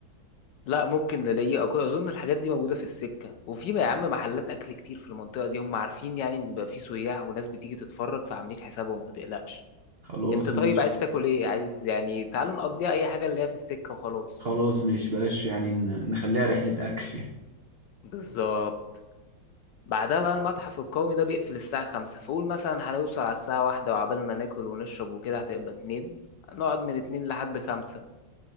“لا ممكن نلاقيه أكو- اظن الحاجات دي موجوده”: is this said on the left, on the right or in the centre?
Left